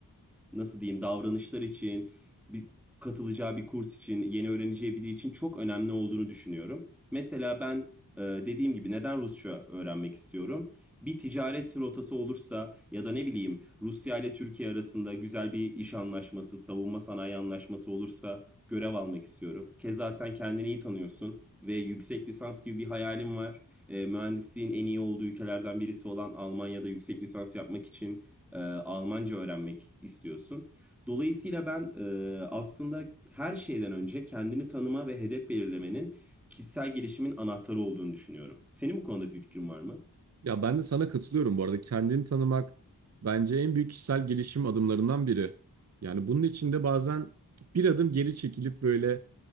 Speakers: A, in the centre; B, on the right.
A: e, nasıl diyeyim davranışlar için, bir, katılacağı bir kurs için, yeni öğreneceği biri için çok önemli olduğunu düşünüyorum. Mesela ben e, dediğim gibi neden Rusça öğrenmek istiyorum? bir ticaret rotası olursa ya da ne bileyim Rusya ile Türkiye arasında güzel bir iş anlaşması, savunma sanayi anlaşması olursa görev almak istiyorum. Keza sen kendini iyi tanıyorsun ve yüksek lisans gibi bir hayalim var. E, mühendisliğin en iyi olduğu ülkelerden birisi olan Almanya'da yüksek lisans yapmak için e, Almanca öğrenmek istiyorsun. Dolayısıyla ben e, aslında her şeyden önce kendini tanıma ve hedef belirlemenin kişisel gelişimin anahtarı olduğunu düşünüyorum. Senin bu konuda bir fikrin var mı?
B: Ya ben de sana katılıyorum bu arada. Kendini tanımak bence en büyük kişisel gelişim adımlarından biri. Yani bunun için de bazen bir adım geri çekilip böyle